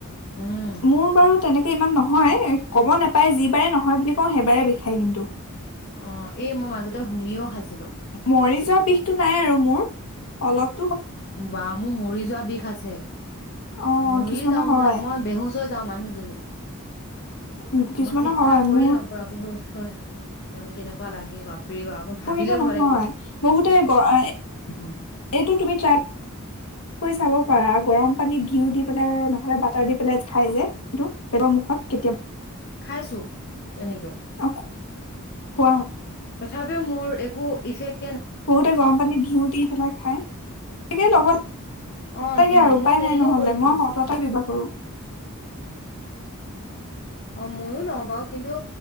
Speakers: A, on the left (about 50°); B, on the left (about 75°).
A: উম,
B: মোৰ বাৰু তেনেকে ইমান নহয় ক'ব নেপায়। যি বাৰে নহয় বুলি কওঁ, সেইবাৰে বিষায় কিন্ত।
A: অ', এই মই মাজতে হুমিও খাইছোঁ।
B: মৰি যোৱা বিষটো নাই আৰু মোৰ। অলপ
A: বা, মোৰ মৰি যোৱা বিষ আছে।
B: অ
A: মৰিয়ে
B: কিছুমানৰ
A: যাওঁ
B: হয়
A: যে, মই বেহুচ হৈ যাওঁ, মানুহজনী
B: উম, কিছুমানৰ
A: মই চিৎ
B: হয়
A: খাই পৰি
B: মোৰ
A: যাওঁ। পৰা বেহুচ হৈ একদম কেনেক কোৱা লাগে বাপ মই ভাবিলে
B: মোৰ কিন্তু নহয়।
A: ভয় লাগে।
B: বহুতে এইটো
A: উম,
B: তুমি ট্ৰাই কৰি চাব পাৰা। গৰম পানীত ঘিউ দি পেলাই নহলে বাটাৰ দি পেলাই খাই যে সেইটো, কি বটৰ মুখত কেতিয়াবা
A: খাইছো, তেনেকেও।
B: অ খোৱা
A: তথাপিও মোৰ একো ইফেক্
B: বহুতে গৰম পানীত দিউ দি পেলাই খায়। তাকে ল'ব
A: অ',
B: লাগে আৰু উপায়
A: মই তেনেকেও
B: নাই নহলে।
A: কৰি
B: মই সতাটই ব্যবহাৰ কৰোঁ।
A: অ মইও নগাওঁৰ কিন্তু